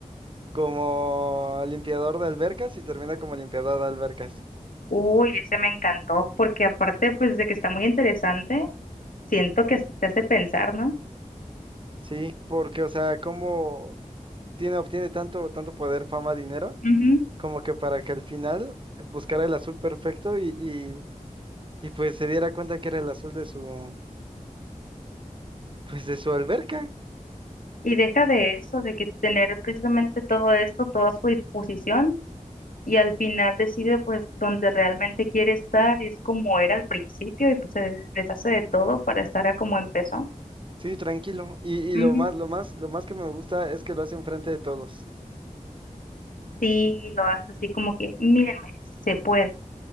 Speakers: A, on the right; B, on the left.
A: como limpiador de albercas y termina como limpiador de albercas.
B: Uy, ese me encantó, porque aparte, pues, de que está muy interesante, siento que hasta te hace pensar, ¿no?
A: Sí, porque, o sea, cómo tiene, obtiene tanto, tanto poder, fama, dinero,
B: Ujú.
A: como que para que al final buscara el azul perfecto y, y, y pues se diera cuenta que era el azul de su, pues de su alberca.
B: Y deja de eso, de que tener precisamente todo esto, toda su disposición, y al final decide, pues, donde realmente quiere estar, es como era al principio, y pues se deshace de todo para estar a como empezó.
A: Sí, tranquilo. Y, y
B: Ujú.
A: lo más, lo más, lo más que me gusta es que lo hace enfrente de todos.
B: Sí, lo hace así como que, mírenme, se puede.